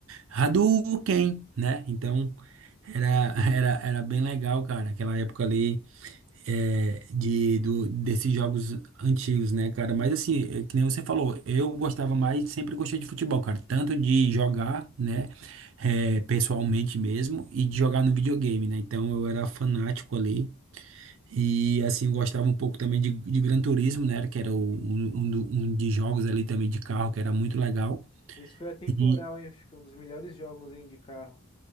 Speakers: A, on the right; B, on the left.
A: Hadouken, né? Então, era, <laughs> era, era bem legal, cara. Aquela época ali é, de, do, desses jogos antigos, né, cara? Mas assim, é que nem você falou, eu gostava mais, sempre gostei de futebol, cara. Tanto de jogar, né? é, pessoalmente mesmo, e de jogar no videogame, né? Então, eu era fanático ali. E assim, eu gostava um pouco também de, de Gran Turismo, né? Que era o- um, um, do- um de jogos ali também de carro, que era muito legal.
B: Esse foi atemporal,
A: E
B: hein? Acho que foi um dos melhores jogos, hein, de carro.